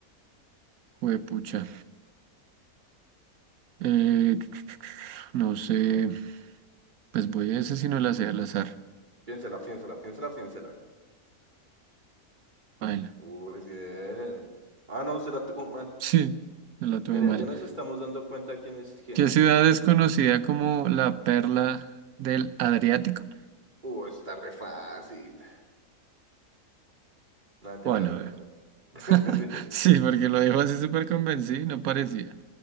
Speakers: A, on the right (about 75°); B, on the right (about 30°).
A: Juepucha. Eh, <tsk> no sé. Pues voy a ese si no la sé al azar.
B: Piénsela, piénsela, piénsela, piénsela.
A: Baila.
B: Muy bien. Ah, no, usted la tuvo mal.
A: Sí, me la tuve
B: Mira,
A: mal.
B: ya nos estamos dando cuenta quién es quién.
A: ¿Qué ciudad es conocida como la perla del Adriático?
B: Uh, eso está re fácil. No, ente,
A: ¿Cuál?
B: la verdad,
A: A ver.
B: no sé. <laughs>
A: <laughs>
B: Sí,
A: Sí, porque lo dijo así súper convencido, y no parecía.